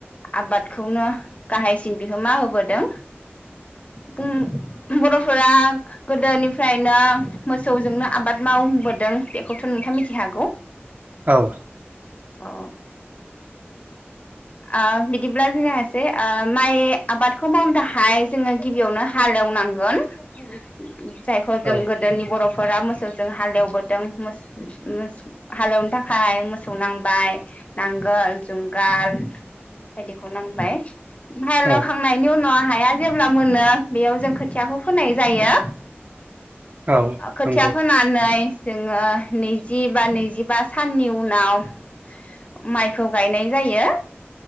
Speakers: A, on the left; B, on the right.
A: आबादखौनो गाहायसिन बिहोमा होबोदों बुं बर'फोरा गोदोनिफ्रायनो मो मोसौजोंनो आबाद मावबोदों बेखौथ' नोंथाङा मिथि हागौ।
B: औ।
A: अ। ओ बिदिब्ला जायासै ओ माइ आबादखौ मावनो थाखाहाय जोङो गिबियावनो हालेवनांगोन । जायखौ जों
B: औ
A: गोदोनि बर' फोरा मोसौजों हालेवबोदों मोस मोस हालेवनो थाखाय मोसौ नांबाय नांगोल जुंगाल बायदिखौ नांबाय । हाल
B: औ
A: हेवखांनायनायनि उना हाया जेब्ला मोनो बेयाव जों खोथियाखौ फोनाय जायो।
B: औ
A: खोथिया
B: नंगौ
A: फोनानै जोङो नैजि बा नैजिबा साननि उनाव माइखौ गायनाय जायो।